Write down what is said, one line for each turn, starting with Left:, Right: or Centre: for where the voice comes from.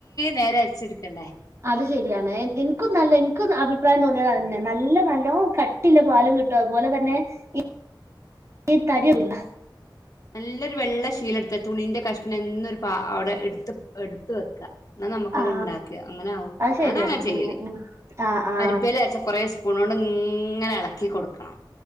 Left: നേരം അരിച്ചെടുക്കണ്ടേ
Right: അത് ശരിയാണ് എനിക്കും നല്ല എനിക്കും അഭിപ്രായം തോന്നിയ അതന്നെ നല്ല നല്ലോ കട്ടിയുളള പാലും കിട്ടും അതുപോലെ തന്നെ ഇ ഇ തരിയുല്ല
Left: നല്ലൊരു വെള്ള ശീലെടുത്ത തുണിന്റെ കഷ്ണം എന്നരുപ അവിടെ എടുത്ത് എടുത്ത് വെക്ക ന്ന നമുക്കത്ണ്ടാക്കിയ
Right: ആ
Left: അങ്ങനെ ആവും
Right: അത്
Left: ഞാനങ്ങനെ
Right: ശരിയാണ്
Left: ചെയ്യല്
Right: ഉം ഉം ആ ആ
Left: അരിപ്പെൽലരിച്ച കൊറെ സ് പുണോണ്ട് ഇങ്ങനെ ഇളക്കി കൊടുക്കണം